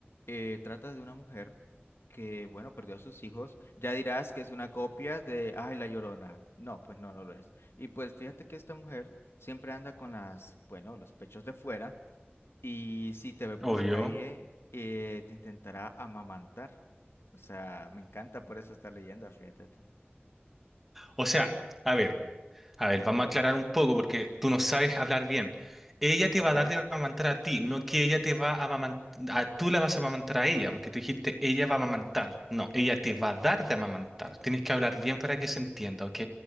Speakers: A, on the left; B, in the centre.
A: eh, trata de una mujer que, bueno, perdió a sus hijos. Ya dirás que es una copia de, ay, La Llorona. No, pues no, no lo es. Y pues fíjate que esta mujer siempre anda con las, bueno, los pechos de fuera y si te ve por
B: obvio.
A: la calle, eh, te intentará amamantar. O sea, me encanta por eso esta leyenda, fíjate tú.
B: O sea, a ver. A ver,
A: Ujú.
B: vamos a aclarar un poco porque tú no sabes hablar bien. Ella te
A: Ok.
B: va a dar de amamantar a ti, no que ella te va a amamantar, tú la vas a amamantar a ella, porque tú dijiste ella va a amamantar. No, ella te va a dar de amamantar. Tienes que hablar bien para que se entienda, ¿ok?